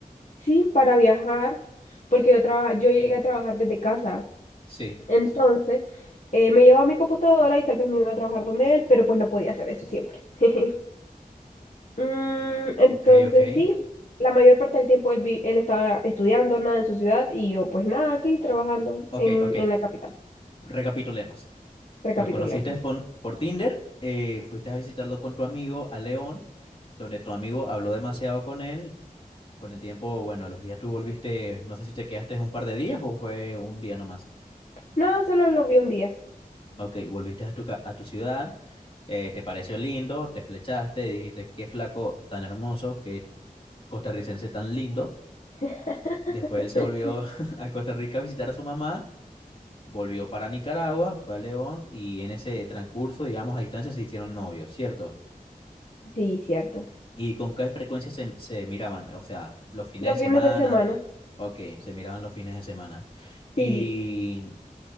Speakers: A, on the left (about 50°); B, on the left (about 35°).
A: Sí, para viajar, porque yo, traba- yo llegué a trabajar desde casa.
B: Sí.
A: Entonces, eh, me llevaba mi computadora y tal vez me iba a trabajar donde él, pero pues no podía hacer eso siempre. <laughs> Mm, entonces,
B: Ok, ok.
A: sí, la mayor parte del tiempo él, vi- él estaba estudiando nada en su ciudad y yo pues nada, aquí trabajando
B: Ok,
A: en,
B: ok.
A: en la capital.
B: Recapitulemos.
A: Recapitulemos.
B: Lo conociste pon- por Tinder, eh, fuiste a visitarlo con tu amigo a León, donde tu amigo habló demasiado con él Con el tiempo, bueno, a los días tú volviste, no sé si te quedaste un par de días o fue un día nomás.
A: No, solo lo vi un día.
B: Ok, volviste a tu, ca- a tu ciudad, eh, te pareció lindo, te flechaste, dijiste, qué flaco tan hermoso, qué costarricense tan lindo.
A: <laughs>
B: Después él se volvió <laughs> a Costa Rica a visitar a su mamá, volvió para Nicaragua, fue a León y en ese transcurso, digamos, a distancia se hicieron novios, ¿cierto?
A: Sí, cierto.
B: ¿Y con qué frecuencia se, se miraban? O sea, los fines
A: Los
B: de semana,
A: fines de semana.
B: ok, se miraban los fines de semana. Y
A: Sí,